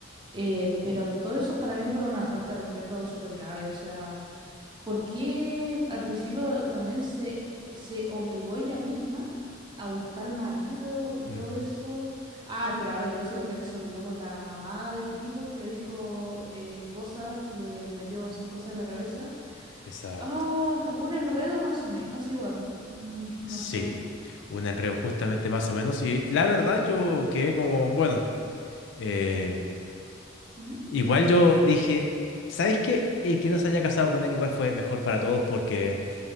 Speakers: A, on the right; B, on the left.
A: Eh, pero todo eso para mí fue una falta de respeto súper grave. O sea, ¿por qué al principio también se, se obligó ella misma a buscar marido y
B: Ujú,
A: todo eso? Ah, pero ahora que lo pienso, ¿verdad que se obligó por la mamá del tipo que le dijo eh, cosas, le metió esas cosas en la cabeza?
B: Exacto.
A: Ah, un enredo más o menos igual. Mm, no
B: Sí,
A: sé.
B: un enredo justamente más o menos. Y la verdad yo quedé como, bueno, eh,
A: ¿Mm?
B: Igual yo dije, ¿sabes qué? El que no se haya casado con él igual fue mejor para todos porque